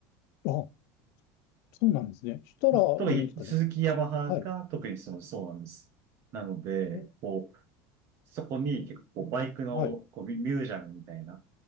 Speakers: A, on the left; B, on the right.
A: あ、そうなんですね。したら、
B: まあ、
A: うん、
B: 特にスズキヤマハが特にその、
A: ですかね。はい。
B: そうなんです。なので、
A: うん
B: こう、そこに結構バイクのこうミュミュージアムみたいな、
A: はい。